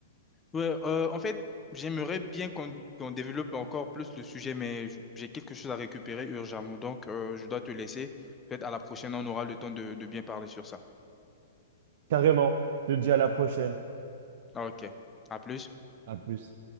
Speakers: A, on the left; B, on the right.
A: Ouais, euh, en fait, j'aimerais bien qu'on qu'on développe encore plus le sujet, mais j- j'ai quelque chose à récupérer urgemment, donc euh, je dois te laisser. Peut-être à la prochaine, on aura le temps de, de bien parler sur ça.
B: Carrément. Je te dis à la prochaine.
A: Ok. À plus.
B: À plus.